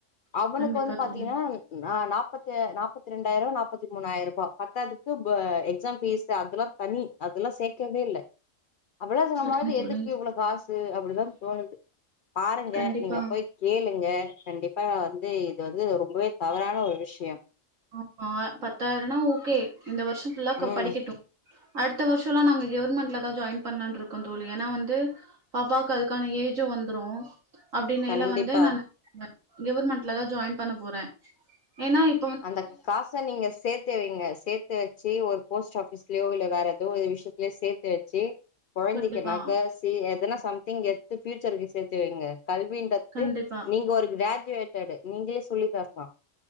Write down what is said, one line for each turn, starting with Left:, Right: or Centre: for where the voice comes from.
Left: அவனுக்கு
Right: கண்டிப்பா
Left: வந்து பாத்தீங்ன்னா
Right: தோழி
Left: நா நாப்பத்த நாப்பத்தி ரெண்டாயிரூவா நாப்பத்தி மூணாயிரூபா பத்தாதுக்கு ப எக்ஸாம் ஃபீஸ் அதெல்லா தனி அதெல்லா சேக்கவே இல்ல அவளோ சமாலுக்கு
Right: சரிங்க தோழி
Left: எதுக்கு இவ்ளோ காசு அப்டிதா தோணுது பாருங்க
Right: கண்டிப்பா
Left: நீங்க போய் கேளுங்க கண்டிப்பா வந்து இது வந்து ரொம்பவே தவறான ஒரு விஷயம்
Right: அ அ பத்தாயிருனா ஓகே இந்த வருஷோ ஃபுல்லாக்கா
Left: ம்
Right: படிக்கட்டு அடுத்த வருஷோலா நாங்க கெவர்மெண்ட்ல தா ஜாயின் பண்லான்ருக்கோ தோழி ஏனா வந்து பாப்பாவுக்கு அதுக்கான ஏஜு வந்துரு அப்டினேல
Left: கண்டிப்பா
Right: வந்து நானு க கெவர்மெண்ட்லதா ஜாயின் பண்ண போற ஏனா இப்
Left: அந்த காச நீங்க சேத் து வைங்க சேத்து வெச்சு ஒரு போஸ்ட் ஆஃபீஸ்லயோ இல்ல வேற எதோ ஒரு விஷயத்துலயோ சேத்து வெச்சு கொழந்தைக்கு
Right: கண்டிப்பா
Left: நக சி எதனா சம்திங் எத்து ஃபியூச்சருக்கு சேத்துவைங்க கல்வின்றது
Right: கண்டிப்பா
Left: நீங்க ஒரு கிராஜுவேட்டடு நீங்களே சொல்லி தர்லா